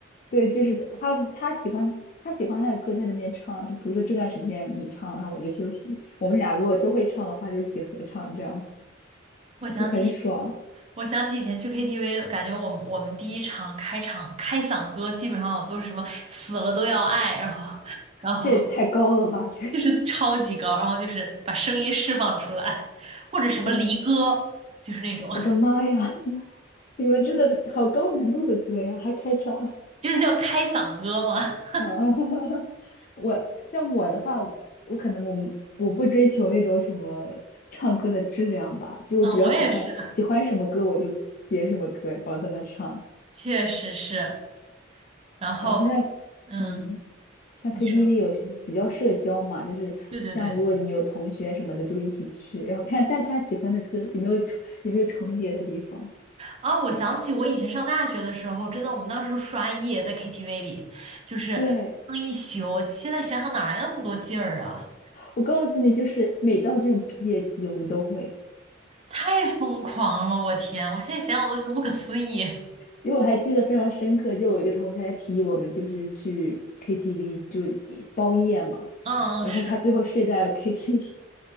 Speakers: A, on the left (about 45°); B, on the right (about 30°).
A: 对，就是她她喜欢她喜欢她的歌，就在那边唱，就比如说这段时间你唱，然后我就休息，我们俩如果都会唱的话，就一起合唱这样
B: 我想起
A: 就很爽。
B: 我想起以前去 KTV，感觉我们我们第一场开场开嗓歌基本上都是什么死了都要爱，然后。然后
A: 这也太高了吧？这个
B: 就是超级高，然后就是把声音释放出来，或者什么离歌，
A: 对
B: 就是那种，
A: <laughs>，
B: <laughs>
A: 我的妈呀！<laughs> 你们真的好高难度的歌呀，还开场
B: 就是叫开嗓歌嘛。
A: 啊！<laughs> 我像我的话，我可能我我不追求那种什么唱歌的质量吧，就我比较喜欢喜欢什么歌我就点什么歌，
B: 嗯，我也是，
A: 然后在那唱。
B: 确实是。然后，
A: 然后像嗯，
B: 嗯，
A: 像
B: 你说，
A: KTV 有比较社交嘛，
B: 嗯，
A: 就是像如果你有同学什么的就一起去，
B: 对对对，
A: 然后看大家喜欢的歌有没有重有没有重叠的地方。
B: 啊，我想起我以前上大学的时候，真的，我们当时都刷夜在 KTV 里，就是唱一宿。
A: 对，
B: 现在想想哪来那么多劲儿啊？
A: 我告诉你，就是每到这种毕业季，我们都会，
B: 太疯狂了，我天！我现在想想都觉得不可思议。
A: 因为我还记得非常深刻，就我一个同学还提议我们就是去 KTV 就一包夜嘛，
B: 嗯，
A: 然后他最后睡在了
B: 嗯是。
A: KTV